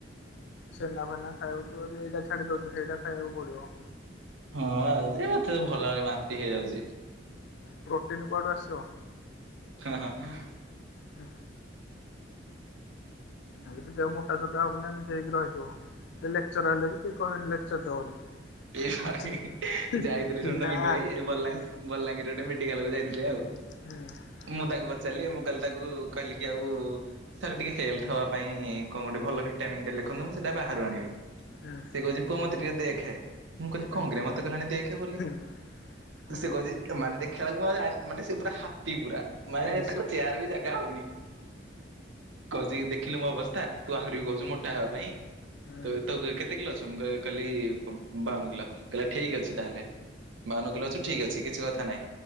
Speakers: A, on the left; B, on the right.
A: ଛେନା ଫେନା ଖାଇବ ତୁ ଏଇଟା ଛାଡ଼ିଦଉଛୁ ସେଇଟା ଖାଇକୁ ପଡିବ।
B: ହଁ ଯେ ମତେ ତ ଭଲ ଭ ବାନ୍ତି ହେଇଯାଉଛି।
A: ପ୍ରୋଟିନ୍ କୁଆଡୁ ଆସିବ।
B: ହଁ ହଁ।
A: ହ। ଏମିତି ଦେହ ମୋଟା ସୋଟା ହେବନୀ ଏମିତି ହେଇକି ରହିଥିବ ଲେକ୍ଚର ହେଲେ ବି କେହି କହିବନି ଲେକ୍ଚର୍ ଟେ ବୋଲି।
B: ଏଇ ଭାଇ
A: ବୁଝିଲୁ।
B: ଯାଇଥିଲି
A: ପିଲା
B: ଶୁଣୁନୁ ପିଣ୍ଟୁ ଭାଇ ଏଇ ବଲା
A: ହୁଁ
B: ବଲାଙ୍ଗୀର ଗୋଟେ ମେଡିକାଲ କୁ ଯାଇଥିଲି ଆଉ।
A: ହୁଁ।
B: ମୁଁ ତାକୁ ପଚାରିଲି ମୁଁ କହିଲି ତାକୁ କହିଲି କି ଆଉ। ସାର୍ ଟିକେ ହେଲଥ ହବା ପାଇଁ କଣ ଗୋଟେ ଭଲ ଭିଟାମିନଟେ ଲେଖନ୍ତୁ ମୁଁ ସେଇଟା ବାହାରୁ ଆଣିବି।
A: ହୁଁ
B: ସେ କହୁଛି ପୁଅ ମତେ ଟିକେ ଦେଖେ ମୁଁ କହିଲି
A: ହୁଁ
B: କଣ କିରେ ମତେ କହିଲାଣି ଦେଖେ ବୋଲି
A: ହୁଁ
B: ତୁ
A: ହୁଁ
B: ସେ କହୁଛି ମାନେ ଦେଖିବା ବେଳକୁ ମାନେ ସେ ପୁରା ହାତୀ ପୁରା। ମାନେ
A: ନିଶା
B: ତାଙ୍କ ଚେୟାର ବି ଜାଗା ହଉନି। କହୁଛି ଦେଖିଲୁ ମୋ ଅବସ୍ଥା ତୁ ଆହୁରି ବି କହୁଛୁ ମୋଟା ହେବା ପାଇଁ।
A: ହୁଁ
B: ତୁ ତ କେତେ କିଲୋ ଅଛୁ ମୁ କଲି ବାଉନ କିଲ। କହିଲା ଠିକ ଅଛି ତାହେଲେ ବାଉନୁକିଲ ଅଛୁ ଠିକ ଅଛି କିଛି କଥା ନାଇଁ।